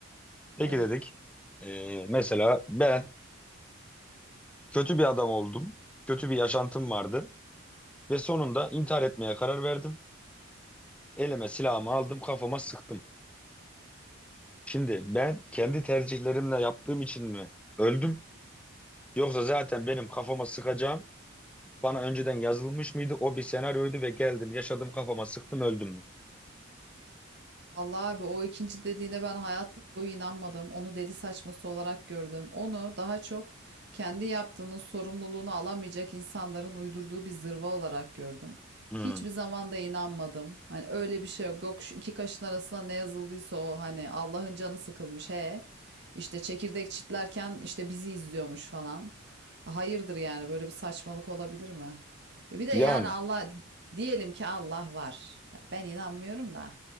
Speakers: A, in the centre; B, on the right.
A: Peki
B: evet.
A: dedik. ee, mesela ben kötü bir adam oldum. Kötü bir yaşantım vardı. Ve sonunda intihar etmeye karar verdim. Elime silahımı aldım kafama sıktım. Şimdi ben kendi tercihlerimle yaptığım için mi öldüm? Yoksa zaten benim kafama sıkacağım. Bana önceden yazılmış mıydı? O bir senaryoydu ve geldim yaşadım kafama sıktım öldüm mü?
B: Vallahi abi o ikinci dediğine ben hayat boyu inanmadım. Onu deli saçması olarak gördüm. Onu daha çok kendi yaptığının sorumluluğunu alamayacak insanların uydurduğu bir zırva olarak gördüm.
A: Hmm.
B: Hiçbir zaman da inanmadım. Hani öyle bir şey yok. Yok şu iki kaşın arasında ne yazıldıysa o hani Allah'ın canı sıkılmış he. İşte çekirdek çitlerken işte bizi izliyormuş falan. Hayırdır yani böyle bir saçmalık olabilir mi? E bir de
A: Yani.
B: yani Allah diyelim ki Allah var. Ben inanmıyorum da.